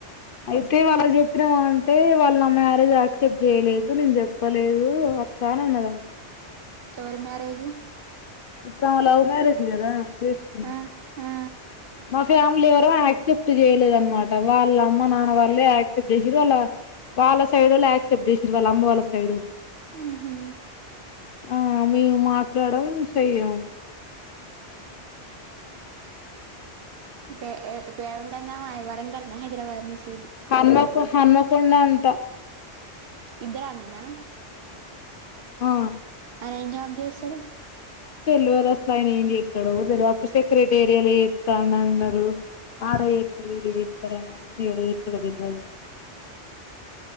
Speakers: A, on the left; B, on the right.
A: అయితే వాళ్ళకు చెప్పినావ అంటే వాళ్ళు నా మ్యారేజ్ యాక్సెప్ట్ చేయలేదు. నేను జెప్పలేదు అక్క అనన్నదంట
B: ఎవరి మ్యారేజు
A: ఇప్పుడామ లవ్ మ్యారేజ్ గదా చేసుకుంది
B: ఆ ఆ
A: మా ఫ్యామిలీ ఎవరం యాక్సెప్ట్ చేయలేదనమాట, వాళ్ళ అమ్మ నాన్న వాళ్ళే యాక్సెప్ట్ చేసిర్రు వాళ్ళ వాళ్ళ సైడోళ్ళు యాక్సెప్ట్ చేసిర్రు వాళ్ళ అమ్మ వాళ్ళ సైడోళ్ళు,
B: ఉహు
A: ఆ మేం మాట్లాడం చెయ్యం.
B: పే ఏ పే ఉంటన్నం అయి వరంగల్ హైదరాబాద్ మీస్
A: హన్మకు హన్మకొండ అం ట
B: ఇద్దరానేనా
A: ఆ
B: <unintelligible> ఏం జాబ్ చేస్తడు
A: తెల్వదు అసలాయన ఏం చేత్తడో గూడ తెల్వ అప్పుడు సెక్రటేరియాలో చేత్తాన్నాన్నరు ఆడ ఏత్తరు, ఈడ ఏత్తరు అన్నారు గాని ఏడు చేత్తడో తెల్వదు.